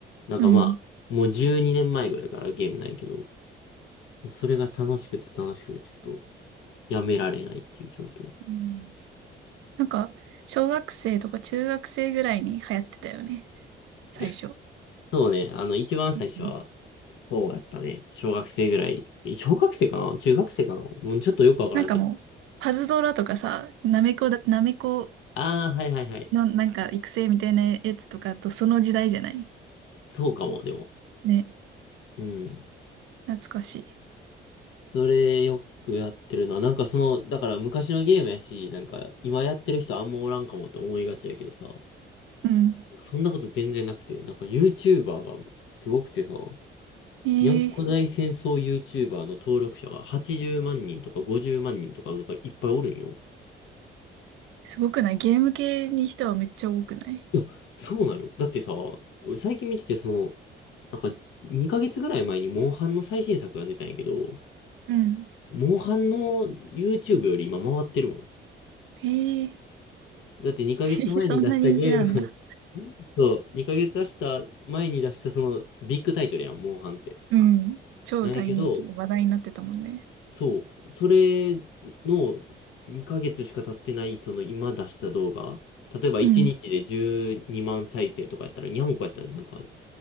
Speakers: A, on the left (about 80°); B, on the right (about 85°).
A: なんかまあ、
B: うん。
A: もう12年前ぐらいからゲームないけど、もうそれが楽しくて楽しくてちょっとやめられないっていう状況。
B: うんなんか、小学生とか中学生ぐらいに流行ってたよね、最初。
A: <laughs> そうね、あの一番最初は、
B: うん
A: そうやったね。小学生ぐらい。小学生かな中学生かなもうちょっとよくわからんけど。
B: なんかもう、パズドラとかさ、ナメコだ、ナメコ
A: ああ、はいはいはい。
B: のなんか育成みたいなやつとかとその時代じゃない
A: そうかも、でも。
B: ね、
A: うん。
B: 懐かしい。
A: それよくやってるな。なんかその、だから昔のゲームやし、なんか今やってる人あんまおらんかもって思いがちやけどさ、
B: うん。
A: そんなこと全然なくて、なんか YouTuber がすごくてさ、
B: えー、
A: にゃんこ大戦争 YouTuber の登録者が80万人とか50万人とかがいっぱいおるんよ。
B: すごくないゲーム系にしてはめっちゃ多くない
A: いや、そうなのよ。だってさ、最近見ててその、なんか2ヶ月ぐらい前にモンハンの最新作が出たんやけど、
B: うん。
A: モンハンの YouTube より今回ってるもん。
B: えー、
A: だって2ヶ月前に出したゲーム
B: <laughs> そんな人気なんだ。
A: <laughs> そう、2ヶ月出した前に出したそのビッグタイトルやん、モンハンって。
B: うん。超大人気で話題になってたもんね。
A: なんやけど、そう、それの2ヶ月しか経ってない、その今出した動画、例えば1日で12万再生とかやったら、
B: うん。
A: にゃんこやったらなんか、